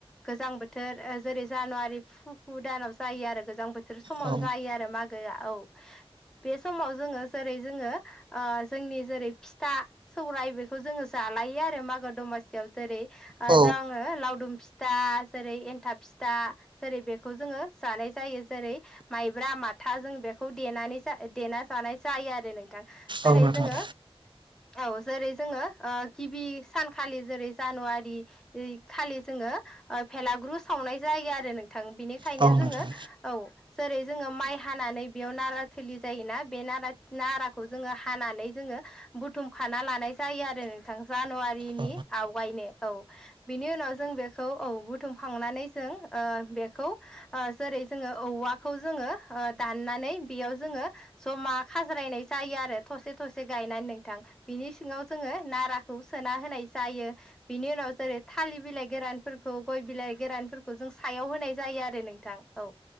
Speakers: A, in the centre; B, on the right.
A: गोजां बोथोर जेरै जानुवारि फु फु दानाव जायो आरो गोजां बोथोर बिसोर समाव
B: औ
A: जायो आरो मागोआ औ बे समाव जोङो जेरै जोङो जोंनि जेरै फिथा सौराय बेखौ जोङो जा खालायो आरो मागो दमासियाव जेरै
B: औ
A: जङो लावदुम फिथा जेरै एन्थाब फिथा जेरै बे बे खौ जोङो जानाय जायो जेरै माइब्रा माथा जों बेखौ देना जानाय जायो आरो नोंथां जेरै
B: औ नोंथां
A: जोङो औ जेरै जोङो गिबि सानखालि जेरै जानुवारि खालि जोङो फेलाग्रु सावनाय जायो आरो नोंथां बिनिखायनो
B: औ नोंथां औ
A: जोङो
B: नोंथां
A: औ जेरै जोङो माइ हानानै बेयाव नारा थोलि जायोना बे नारा नाराखौ जोङो हानानै जोङो बुथुमखाना लानाय जायो आरो नोंथां जानुवारिनि
B: औ
A: आवगायनो औ बेनि उनाव उनाव जों बेखौ औ बुथुमखांनानै जों बेखौ जेरै जोङो औवाखौ जोङो दाननानै बेयाव जोङो जमा खाज्रा नाय जायो आरो थसे थसे गायनानै नोंथां बिनि सिङाव जोङो नाराखौ सोना होनाय जायो बिनि उनाव जेरै थालिर बिलाइ गोरानफोरखौ गय बिलाइ गोरानफोरखौ जों सायाव होनाय जायो जायो आरो नोंथां औ